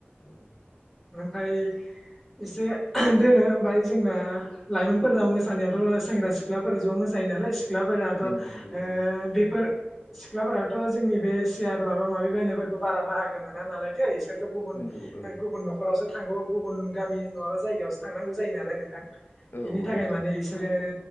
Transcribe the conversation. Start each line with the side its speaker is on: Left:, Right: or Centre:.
Left: औ।
Centre: फाय इसे दोनो ओमफाय जोंना लाइमोनफोरना मोसानायावथ' सेंग्रा सिख्लाफोर ज' मोसा जायो नालाय सिख्लाफोराथ'
Left: नंगौ
Centre: ओ
Left: नंगौ औ
Centre: बेफोर सिख्लाफोराथ जोंनि बे सियार माबा माबि बायनायफोरखौ बारा बाहागो मोना नालायथो इसोर थ गुबुन
Left: नंगौ औ
Centre: गुबुन नखरावसो थांगौ गुबुन गामि नङाबा जायगायावसो थांनांगौ जायो नालाय नोंथां
Left: औ
Centre: बिनि
Left: औ
Centre: थाखाय
Left: नोंथां
Centre: माने बिसोरो